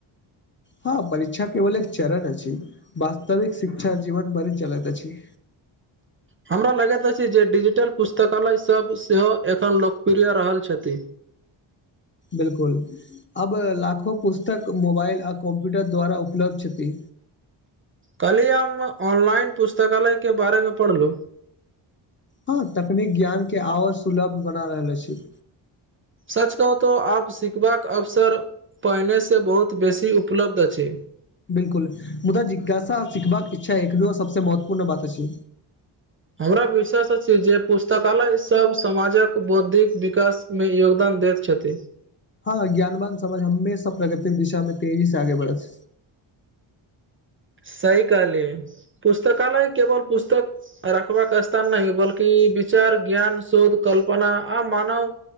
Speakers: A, on the left (about 25°); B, on the right (about 25°).
A: हँ, परीक्षा केवल एक चरण अछि। वास्तविक शिक्षा जीवन भरि चलैत अछि।
B: हमरा लगैत अछि। जे डिजिटल पुस्तकालय सभ सेहो एखन लोकप्रिय रहल छथि।
A: बिल्कूल, अब लाखो पुस्तक मोबाइल आ कम्प्यूटर द्वारा उपलब्ध छथि।
B: कल्हि हम ऑनलाइन पुस्तकालयके बारेमे पढ़लहुँ।
A: हँ, तकनीक ज्ञानके आवर सुलभ बना रहले छी।
B: सच कहू तऽ आप सिखबाक अवसर पहिनेसँ बहुत बेसी उपलब्ध अछि।
A: बिल्कूल मुदा जिज्ञासा सिखबाक इच्छा एक दू सभसँ महत्वपूर्ण बात अछि
B: हमरा विश्वास अछि जे पुस्तकालय सभ समाजक बौद्धिक विकास। मे योगदान दैत छथिन।
A: हँ, ज्ञानवान समाज हमेशा प्रगृतिक दिशामे तेजी से आगे बढ़त
B: सही कहले पुस्तकालय केवल पुस्तक रखबाक रस्ता नहि बल्कि विचार ज्ञान शोध कल्पना आ मानव